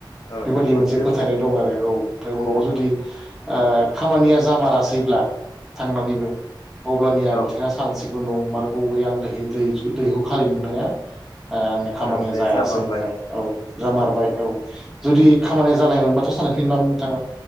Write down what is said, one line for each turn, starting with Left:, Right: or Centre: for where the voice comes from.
Left: औ
Centre: बेबायदि मोनसे
Left: आदसा
Centre: फोथायनाय
Left: आदसा
Centre: दं आरो औ ओमफ्राय उनाव
Left: नंगौ
Centre: जुदि आ खामानिया जामारासैब्ला थांनानैबो अब्लानिया
Left: औ
Centre: बिथाङा सान सिगाङाव नंमारगौ बै आं दैह दैहु दैहु खालि नुनाया आ आंनि
Left: औ
Centre: खामानिया
Left: बे
Centre: जायासै
Left: जामारबाय
Centre: होननाय औ जामारबाय औ जुदि खामानि
Left: औ
Centre: जा नाय मोनबाथ' सानफिनामोन नोंथाङा